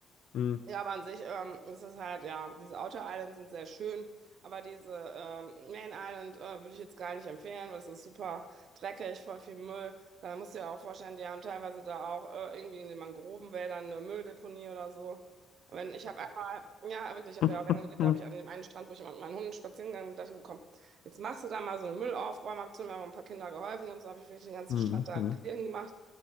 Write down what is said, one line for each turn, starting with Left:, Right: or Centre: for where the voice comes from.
Left: Mhm.
Right: Ja, aber an sich ähm, ist es halt, ja, diese Outer Islands sind sehr schön, aber diese ähm, Main Island äh, würde ich jetzt gar nicht empfehlen, weil es ist super dreckig, voll viel Müll. Da musst du ja auch vorstellen, die haben teilweise da auch äh, irgendwie in den Mangrovenwäldern eine Mülldeponie oder so. Und wenn ich habe einmal, ja, wirklich, ich habe
Left: <laughs>
Right: ja auch länger gelebt, da habe ich an dem einen Strand, wo ich mit meinen Hunden spazieren gegangen bin, dachte ich mir, komm, jetzt machst du da mal so eine Müllaufräumaktion, wir haben ein paar Kinder geholfen und so habe ich wirklich den ganzen
Left: Mhm.
Right: Strand da clean gemacht.